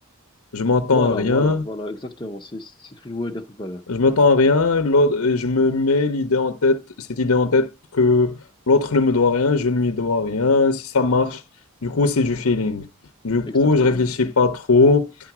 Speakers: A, on the left; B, on the left.
A: Je m'attends
B: Voilà,
A: à rien.
B: voilà, voilà, exactement. C'est c'est ce que je voulais dire tout à l'heure.
A: Je m'attends à rien. L'autre- et je me mets l'idée en tête, cette idée en tête que l'autre ne me doit rien, je ne lui dois rien. Si ça marche, du coup, c'est du feeling. Du coup,
B: Exactement.
A: je réfléchis pas trop.